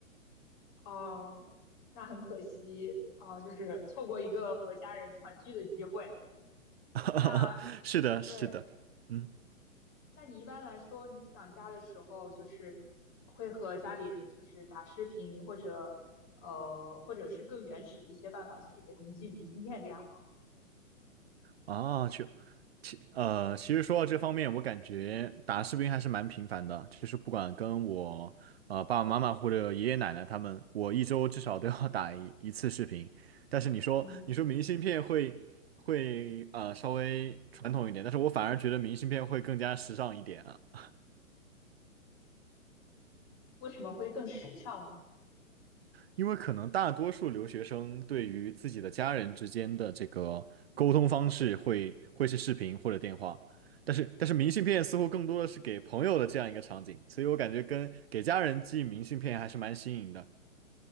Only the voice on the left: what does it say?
哦、那很可惜，哦、就是错过一个和家人团聚的机会。
那
对，
那你一般来说，你想家的时候，就是会和家里人就是打视频，或者呃，或者是更原始的一些办法，就是给他们寄明信片这样吗。
嗯，
为什么会更时尚呢？